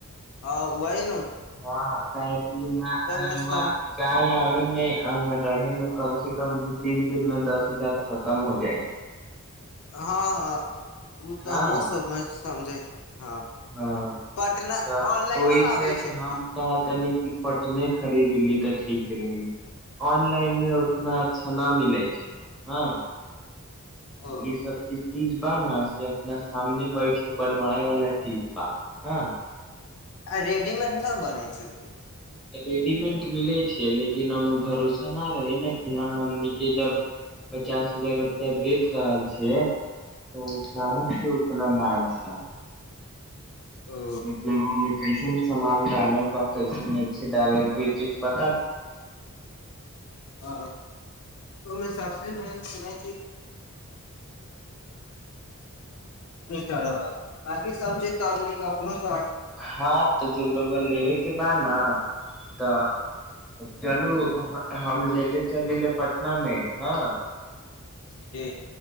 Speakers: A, on the left; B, in the centre.
A: हँ उह ही
B: हँ काह क यह
A: मे
B: रुआ
A: सम
B: जाए आब आ रहमे कम से कम तीन दिनमे दस हजार खतम हो जाइ
A: हँ हँ ओ तऽ
B: हँ
A: हमह हुँ समझै छी हँ
B: हँ
A: पटना
B: तऽ
A: ऑनलाइनो
B: ओहि
A: आबै
B: से
A: छै
B: हम
A: की
B: कहतनी पटने खरीद ली ठीक रही ऑनलान लान मे उतना अच्छा न मिलै छै हँ
A: ओ
B: ई सब चीज चीज ने से अपना सामने बैठ के बनवाय वाला चीज बा ह
A: रेडीमेड ना बनै छै कि
B: रेडीमेंट मिलै छै लेकिन ओहिमे भरोसा नहि रहै ने कि हँ हमने जब पचास हजार रुपआ देत रहल छिये तऽ कहाँ छैिय उतना नाम छै
A: ओ
B: मतलब ओमे कैसन समान डालब बा कइसन नहि खेदालन को के पात
A: ह ओ सबन स ले चढ़ ताकि सब च अपो सा
B: हँ जबरवैया लेबै बा न तऽ चलू हम लेे चली पटना मे हँ
A: जी